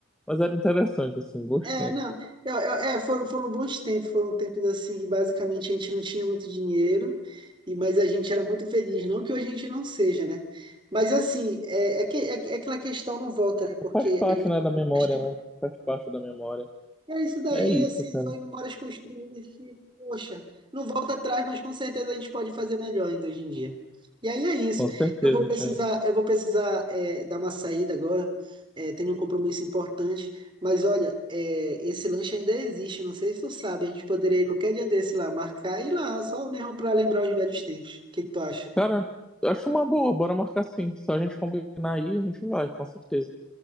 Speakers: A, in the centre; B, on the right.
A: Mas era interessante assim, bons
B: É,
A: tempos.
B: não, eu, eu- é, foram, foram bons tempos, foram tempos assim que basicamente a gente não tinha muito dinheiro, e mas a gente era muito feliz. Não que hoje a gente não seja, né? Mas assim, é, é, que, é, que- é aquela questão não volta, né? Porque
A: Faz parte,
B: a gente
A: né, da memória,
B: faz tempo.
A: né? Faz parte da memória.
B: E é isso daí,
A: É isso,
B: assim,
A: cara.
B: são memórias construídas que, poxa, não volta atrás, mas com certeza a gente pode fazer melhor ainda hoje em dia. E aí é isso.
A: Com certeza,
B: Eu vou precisar,
A: cara.
B: eu vou precisar é, dar uma saída agora. É, tenho um compromisso importante. Mas olha, é, esse lanche ainda existe. Não sei se tu sabe. A gente poderia ir qualquer dia desse lá, marcar e ir lá, só mesmo para lembrar os velhos tempos. O que que tu acha?
A: Cara, eu acho uma boa, bora marcar sim. Só a gente combinar aí, a gente vai, com certeza.